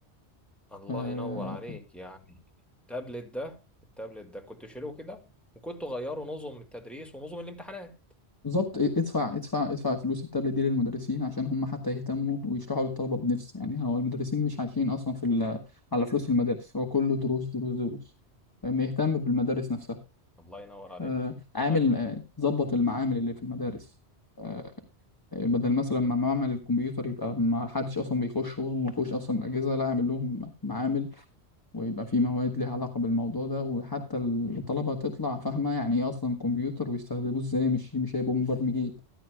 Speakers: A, in the centre; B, on the left.
A: الله
B: آه،
A: ينور عليك يعني التابلت ده التابلت ده كنت شيله كده وكنت غيره نظم التدريس ونظم الامتحانات
B: بالظبط ادفع ادفع ادفع فلوس التابلت دي للمدرسين عشان هم حتى يهتموا ويشرحوا للطلبه بنفس يعني هو المدرسين مش عايشين اصلا في ال- على فلوس المدارس هو كله دروس دروس دروس فإن يهتم بالمدارس نفسها
A: الله ينور عليك
B: آه، عامل
A: الله ينور
B: آه، ظبط المعامل اللي في المدارس آه، بدل مثلا ما معمل الكمبيوتر يبقى ما حدش اصلا بيخشه وما فيهوش اصلا اجهزه لا اعمل لهم معامل ويبقى في مواد ليها علاقة بالموضوع ده وحتى الطلبة تطلع فاهمة يعني ايه اصلا كمبيوتر ويستخدموه ازاي مش مش هيبقوا مبرمجين